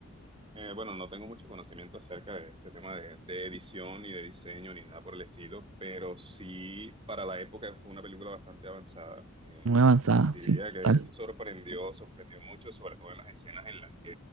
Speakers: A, on the right; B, on the right.
A: Eh, bueno, no tengo mucho conocimiento acerca de este tema de, de edición ni de diseño ni nada por el estilo, pero sí para la época fue una película bastante avanzada. Eh,
B: Muy avanzada,
A: Diría
B: sí,
A: que
B: tal.
A: sorprendió, sorprendió mucho, sobre todo en las escenas en las que